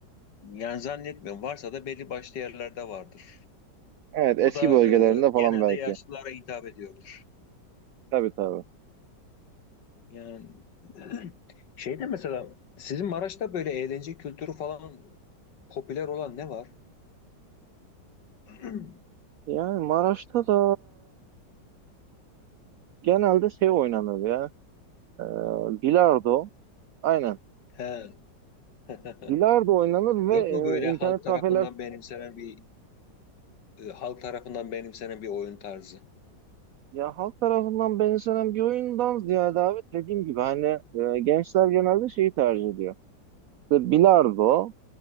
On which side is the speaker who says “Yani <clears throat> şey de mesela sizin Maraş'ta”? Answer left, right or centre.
Left